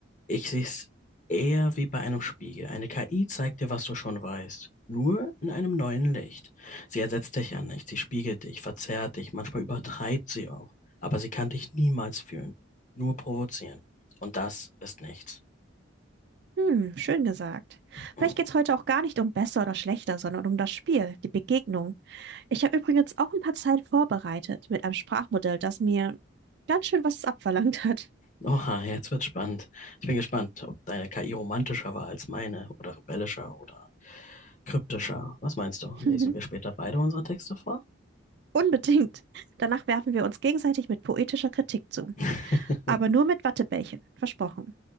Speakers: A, on the left (about 40°); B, on the right (about 55°).
A: ich sehe es eher wie bei einem Spiegel. Eine KI zeigt dir, was du schon weißt. Nur in einem neuen Licht. Sie ersetzt dich ja nicht, sie spiegelt dich, verzerrt dich, manchmal übertreibt sie auch. Aber sie kann dich niemals fühlen. Nur provozieren. Und das ist nichts.
B: Hm, schön gesagt. Vielleicht
A: Hm.
B: geht's heute auch gar nicht um besser oder schlechter, sondern um das Spiel, die Begegnung. Ich habe übrigens auch ein paar Zeilen vorbereitet mit einem Sprachmodell, das mir ganz schön was abverlangt hat.
A: Oha, jetzt wird's spannend. Ich bin gespannt, ob deine KI romantischer war als meine oder rebellischer oder kryptischer. Was meinst du?
B: <laughs>
A: Lesen wir später beide unsere Texte vor?
B: Unbedingt. Danach werfen wir uns gegenseitig mit poetischer Kritik zu.
A: <laughs>
B: Aber nur mit Wattebällchen. Versprochen.